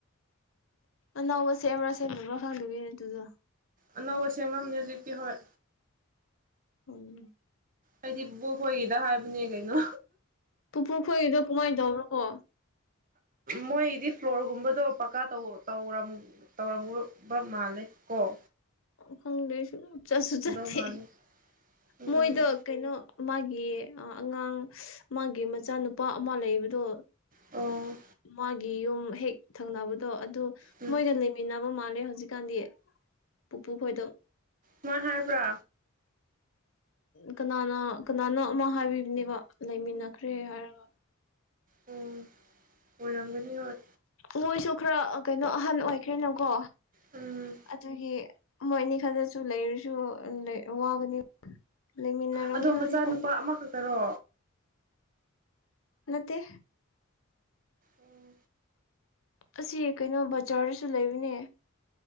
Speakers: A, on the left (about 65°); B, on the right (about 40°).
A: ꯑꯅꯧꯕ ꯁꯦꯝꯕ꯭ꯔꯥ ꯁꯦꯝꯗꯕ꯭ꯔꯥ ꯈꯪꯗꯕꯤꯅꯦ ꯑꯗꯨꯗ
B: ꯑꯅꯧꯕ ꯁꯦꯝꯕꯅꯦ ꯍꯧꯖꯤꯛꯇꯤ ꯍꯣꯏ
A: ꯎꯝ
B: ꯑꯩꯗꯤ ꯄꯨꯕꯣꯛ ꯈꯣꯏꯒꯤꯗ ꯍꯥꯏꯕꯅꯦ ꯀꯩꯅꯣ
A: ꯄꯨꯄꯨꯈꯣꯏꯒꯤꯗꯣ ꯀꯃꯥꯏꯅ ꯇꯧꯕꯅꯣ ꯀꯣ
B: ꯃꯣꯏꯗꯤ ꯐ꯭ꯂꯣꯔꯒꯨꯝꯕꯗꯣ ꯄꯀꯥꯧꯔ ꯇꯧꯔꯝꯕ ꯃꯥꯜꯂꯦ ꯑꯣ
A: ꯈꯪꯗ꯭ꯔꯦꯁꯨ ꯆꯠꯁꯨ ꯆꯠꯇꯦ
B: ꯃꯥꯜꯂꯦ ꯎꯝ
A: ꯃꯣꯏꯗ ꯀꯩꯅꯣ ꯃꯥꯒꯤ ꯑꯉꯥꯡ ꯃꯥꯒꯤ ꯃꯆꯥꯅꯨꯄꯥ ꯑꯃ ꯂꯩꯕꯗꯣ
B: ꯑꯣ
A: ꯃꯥꯒꯤ ꯌꯨꯝ ꯍꯦꯛ ꯊꯪꯅꯕꯗꯣ ꯑꯗꯨ
B: ꯎꯝ
A: ꯃꯣꯏꯒ ꯂꯩꯃꯤꯟꯅꯅꯕ ꯃꯥꯜꯂꯦ ꯍꯧꯖꯤꯛꯀꯥꯟꯗꯤ ꯄꯨꯄꯨ ꯈꯣꯏꯗꯣ
B: ꯍ ꯍꯥꯏꯕ꯭ꯔꯥ
A: ꯀꯅꯥꯅ ꯀꯅꯥꯅꯣ ꯑꯃ ꯍꯥꯏꯕꯤꯕꯅꯦꯕ ꯂꯩꯃꯤꯟꯅꯈ꯭ꯔꯦ ꯍꯥꯏꯔꯒ
B: ꯑꯣ ꯑꯣꯏꯔꯝꯒꯅꯤ ꯍꯣꯏ
A: ꯃꯣꯏꯁꯨ ꯈꯔ ꯀꯩꯅꯣ ꯑꯍꯟ ꯑꯣꯏꯈ꯭ꯔꯦꯅꯀꯣ
B: ꯎꯝ
A: ꯑꯗꯨꯒꯤ ꯃꯣꯏ ꯑꯅꯤ ꯈꯗꯁꯨ ꯂꯩꯔꯁꯨ ꯋꯥꯒꯅꯤ ꯂꯩꯃꯤꯟꯅꯔꯥꯎꯅꯤ
B: ꯑꯗꯣ ꯃꯆꯥꯅꯨꯄꯥ
A: ꯍꯧꯖꯤꯛ ꯀ
B: ꯑꯃꯈꯛꯇꯔꯣ
A: ꯅꯇ
B: ꯎꯝ
A: ꯑꯁꯤ ꯀꯩꯅꯣ ꯕꯖꯥꯔꯗꯁꯨ ꯂꯩꯕꯅꯦ